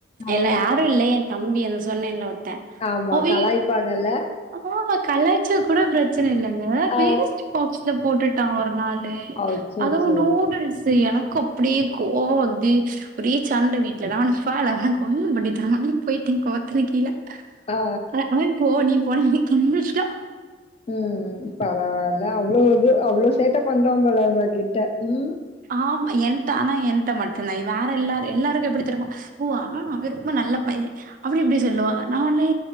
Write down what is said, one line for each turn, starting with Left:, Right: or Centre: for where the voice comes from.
Right: எல்ல
Left: ஆமா
Right: யாரு இல்ல என் தம்பி அதே சொன்னேல்ல ஒருத்த
Left: ஆமா
Right: அவி
Left: கலாய்ப்பாங்கல்ல.
Right: ஆ கலாய்க் ச்ச கூட ப்ரச்சன இல்லங்க
Left: ஆ
Right: வேஸ்ட் பாக்ஸ்ல போட்டுட்டா ஒரு நாளு
Left: அச்சச்சோ!
Right: அதுவு நூடுல்ஸ் எனக்கு அப்டியே கோவ வந்து ஒரே சண்ட வீட்ல நா உன்னே போல ஒன்னும் பண்ணி தர மாட்டே போயிட்டே கோவத்துல கீழ
Left: ஆ
Right: அ அவன் போ நீ போனான்னே <unintelligible>
Left: ம் ம் பரவால்ல அவ்ளோ இது அவ்ளோ சேட்ட பண்றா போல உங்ககிட்ட ம்
Right: ஆமா எண்ட ஆனா என்ட்ட மட்டும்தா வேற எல்லா எல்லாருக்கு எப்டிதெரிமா ஓ அதானா அங்கருக்கும்போ நல்ல பைய அப்டி இப்டி சொல்லுவாங்க நா உடனே